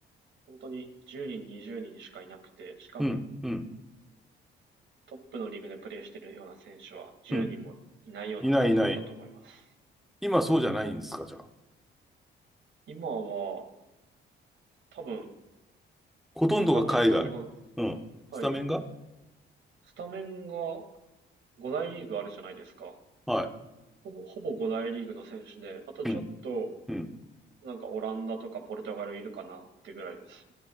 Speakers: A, on the right; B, in the centre.
A: 本当に10人、20人しかいなくて、しかも
B: うん、うん、
A: トップのリーグでプレーしてるような選手は10人もいないような感じだったと思います。
B: うん。いないいない。今そうじゃないんですか、じゃあ。
A: 今は、多分、
B: ほとんどが海外。
A: スタメンが日本、
B: うん。
A: はい、
B: スタメンが
A: スタメンが5大リーグあるじゃないですか。
B: はい。
A: ほぼ、ほぼ5大リーグの選手で、あとちょっと、
B: うん、うん。
A: なんかオランダとかポルトガルいるかなってぐらいです。